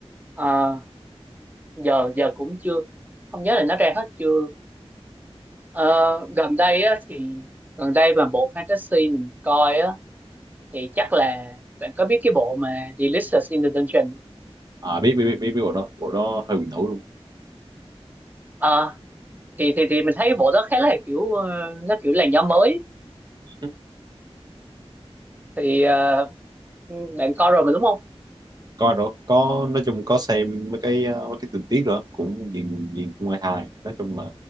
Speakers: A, on the right; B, on the right.
A: Ờ, giờ giờ cũng chưa không nhớ là nó ra hết chưa Ờ, gần đây á thì gần đây mà bộ fantasy mình coi á thì chắc là bạn có biết cái bộ mà Delicious in the Dungeon không?
B: à biết biết biết biết biết bộ đó bộ đó hơi bị nổi luôn
A: Ờ, thì thì thì mình thấy bộ đó khá là kiểu ờ, nó kiểu làn gió mới
B: <laughs>
A: thì ờ, bạn coi rồi mà đúng không?
B: coi rồi có nói chung có xem mấy cái ờ, mấy cái tình tiết rồi cũng nhìn nhìn cũng hay hài nói chung là